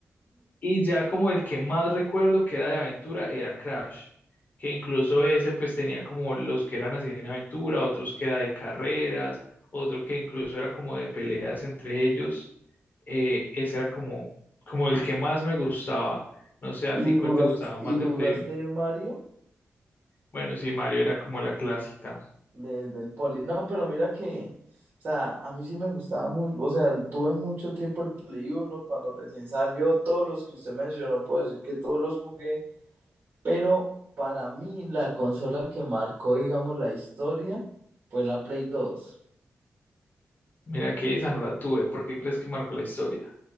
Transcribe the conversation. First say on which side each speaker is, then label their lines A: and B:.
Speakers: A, on the left; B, on the right.
A: Y ya como el que más recuerdo que era de aventura era Crash, que incluso ese pues tenía como los que eran así en aventura, otros que era de carreras, otro que incluso era como de peleas entre ellos. Eh, ese era como, como el que más me gustaba. No sé a
B: ¿Y
A: ti cuál
B: jugaste,
A: te gustaba
B: y
A: más
B: jugaste
A: de Play
B: Mario?
A: Bueno, sí, Mario era como la clásica.
B: de- del poli. No, pero mira que, o sea, a mí sí me gustaba mucho, o sea, tuve mucho tiempo el Play uno cuando recién salió, todos los que usted mencionó, puedo decir que todos los jugué, pero para mí la consola que marcó, digamos, la historia fue la Play dos
A: Mira que esa no la tuve. ¿Por qué crees que marcó la historia?